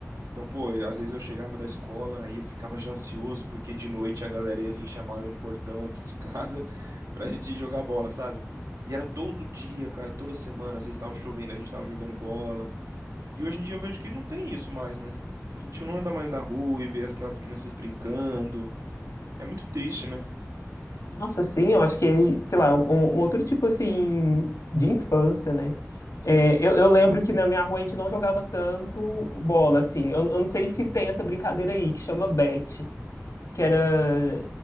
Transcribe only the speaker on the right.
Então, pô, eu- às vezes eu chegava da escola aí eu ficava já ansioso porque de noite a galera ia vir chamar eu no portão aqui de casa <laughs> pra gente ir jogar bola, sabe? E era todo dia, cara, toda semana, às vezes tava chovendo, a gente tava jogando bola. E hoje em dia eu vejo que não tem isso mais, né? A gente não anda mais na rua e vê aquelas crianças brincando. É muito triste, né?